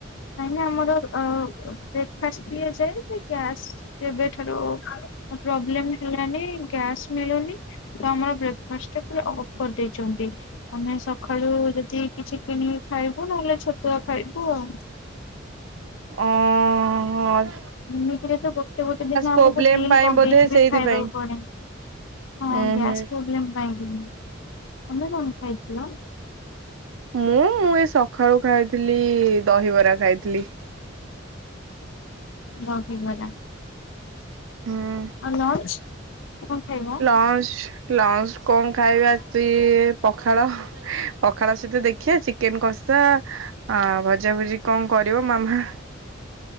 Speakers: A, on the left (about 70°); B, on the right (about 85°).
A: ନାଇଁ ମ ଆମର ଅ ବ୍ରେକଫାଷ୍ଟ ଦିଆ ଯାଏ ଗ୍ୟାସ ଯେବେଠାରୁ। ପ୍ରୋବଲେମ ହେଲାନି ଗ୍ୟାସ ମିଳୁନି ତ ଆମର ବ୍ରେକଫାଷ୍ଟ ଟା ପୁରା ଅଫ୍ କରି ଦେଇଛ ନ୍ତି ଆମେ ସକାଳୁ ଯଦି କିଛି କିଣ କି ଖାଇବୁ ନହେଲେ ଛତୁଆ ଖାଇବୁ ଆଉ।
B: ଓହୋ।
A: ଏମିତିରେ ତ ଗୋଟେ ଗୋଟେ ଦିନ
B: ପ୍ରୋବ୍ଲେମ
A: ଆମକୁ ମିଲ୍
B: ପାଇଁ
A: ମଗେଇକି
B: ବୋଧେ
A: ବି
B: ସେଇଥିପାଇଁ।
A: ଖାଇବାକୁ ପଡେ। ହଁ
B: ଉୁଁ
A: ଗ୍ୟାସ୍
B: ହୁଁ
A: ପ୍ରୋବ୍ଲେମ୍ ପାଇଁ କି ହିଁ ତମେ କଣ ଖାଇଥିଲ?
B: ମୁଁ ମୁଁ ଏ ସକାଳୁ ଖାଇଥିଲି ଦହିବରା ଖାଇଥିଲି।
A: ଦହିବରା।
B: ହୁଁ
A: ଆଉ ଲଞ୍ଚ କଣ ଖାଇବ?
B: ଲଞ୍ଚ ଲଞ୍ଚ କଁ ଖାଇବା ସିଏ ପଖାଳ ପଖାଳ ସହିତ ଦେଖିବା ଚିକ୍ କେନ୍‌ କସା ଆ ଭଜା ଭୁଜି କଣ କରିବ ମାମା।